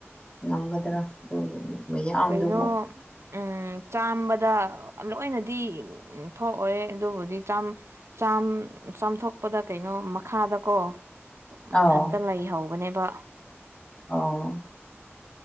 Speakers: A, on the left; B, on the right.
A: ꯉꯝꯒꯗ꯭ꯔꯥ ꯑꯗꯨ ꯃꯌꯥꯝꯗꯨꯕꯨ
B: ꯀꯩꯅꯣ ꯎꯝ ꯆꯥꯝꯕꯗ ꯂꯣꯏꯅꯗꯤ ꯊꯣꯛꯑꯣꯏ ꯑꯗꯨꯕꯨꯗꯤ ꯆꯥꯝ ꯆꯥꯝ ꯆꯥꯝꯊꯣꯛꯄꯗ ꯀꯩꯅꯣ ꯃꯈꯥꯗꯀꯣ
A: ꯑꯥꯎ
B: ꯃꯊꯟꯇ ꯂꯩꯍꯧꯕꯅꯦꯕ꯫
A: ꯑꯣ꯫